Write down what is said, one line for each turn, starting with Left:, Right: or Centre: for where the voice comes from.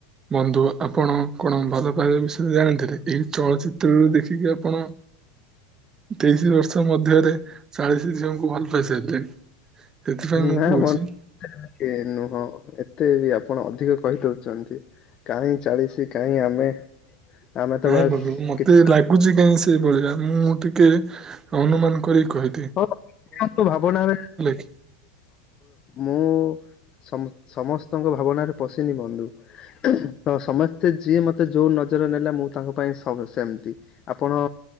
Right: ବନ୍ଧୁ ଆପଣ କଣ ଭଲ ପାଇବା ବିଷୟରେ ଜାଣିଥିଲେ ଏଇ ଚଳଚିତ୍ରରୁ ଦେଖିକି ଆପଣ ତେଇଶି ବର୍ଷ ମଧ୍ୟରେ ଚାଳିସି ଝିଅଙ୍କୁ ଭଲ ପାଏ ସାରିଲେଣି ସେଥିପାଇଁ ମୁଁ
Left: ନା
Right: କହୁଛି
Left: ବନ୍ଧୁ ଏ ନୁହଁ ଏତେ ବି ଆପଣ ଅଧିକ କହିଦଉଛନ୍ତି କାହିଁ ଚାଳିଶି କାହିଁ ଆମେ ଆମେ ତ
Right: ନାଇଁ
Left: ବାସ୍
Right: ବନ୍ଧୁ ମତେ
Left: କିଛି
Right: ଲାଗୁଛି କାହିଁ ସେଇଭଳିଆ ମୁଁ ଟିକେ ଅନୁମାନ କରି କହି
Left: ହଁ <unintelligible> ଭାବନାରେ
Right: କି
Left: ମୁଁ ସମ ସମସ୍ତଙ୍କ ଭାବନାରେ ପଶିନି ବନ୍ଧୁ ତ ସମସ୍ତେ ଯିଏ ମତେ ଯୋଉ ନଜର ନେଲା ମୁଁ ତାଙ୍କ ପାଇଁ ସବୁ ସେମିତି ଆପଣ